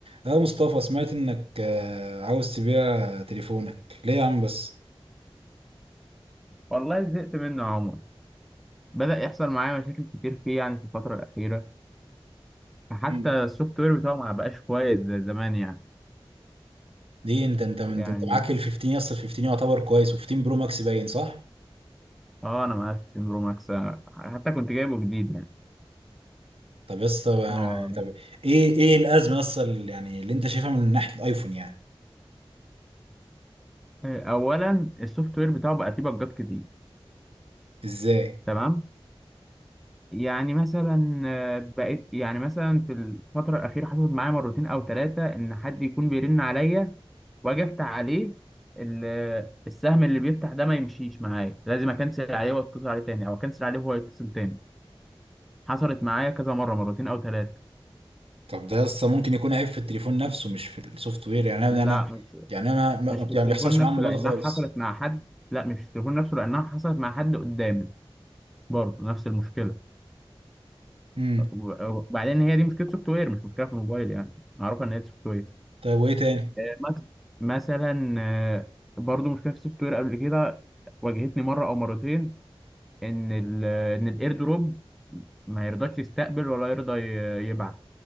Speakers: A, on the right; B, in the centre.
A: يا مصطفى سمعت انك آه، عاوز تبيع تليفونك ليه يا عم بس
B: والله زهقت منه يا عمر بدأ يحصل معايا مشاكل كتير فيه يعني في الفترة الأخيرة فحتى
A: مم.
B: السوفت وير بتاعه ما بقاش كويس زي زمان يعني
A: ليه انت انت من
B: يعني
A: ده انت معاك ال 15 يا اسطى ال 15 يعتبر كويس و15 برو ماكس باين صح
B: اه أنا مقفل برو ماكس آه، حتى كنت جايبه جديد يعني
A: طب يا اسطى أنا-
B: هو
A: يعني طب ايه ايه الازمه يا اسطى اللي- يعني اللي انت شايفها من ناحيه الايفون يعني
B: أولا السوفت وير بتاعه بقى فيه بجات كتير
A: ازاي
B: تمام يعني مثلا آه، بقيت يعني مثلا في الفترة الأخيرة حصلت معايا مرتين أو ثلاثة إن حد يكون بيرن عليا واجي افتح عليه ال- السهم اللي بيفتح ده ما يمشيش معايا لازم اكنسل عليه واتصل عليه تاني او اكنسل عليه وهو يتصل تاني حصلت معايا كذا مره مرتين او ثلاثه
A: طب ده يا اسطى ممكن يكون عيب في التليفون نفسه مش في السوفت وير يعني انا
B: لا
A: انا
B: مش
A: يعني انا ما
B: مش
A: ما- يعني
B: في
A: ما
B: التليفون
A: بيحصلش
B: نفسه
A: معايا الموضوع
B: لانها
A: ده خالص
B: حصلت مع حد لا مش في التليفون نفسه لانها حصلت مع حد قدامي برضه نفس المشكله
A: امم
B: و- وبعدين هي دي مشكله سوفت وير مش مشكله في الموبايل يعني معروفه ان هي سوفت وير
A: طيب وايه تاني
B: آه، مث- مثلا آه، برضه مشكله في السوفت وير قبل كده واجهتني مره او مرتين ان ال ان الايردروب ما يرضاش يستقبل ولا يرضى ي- يبعت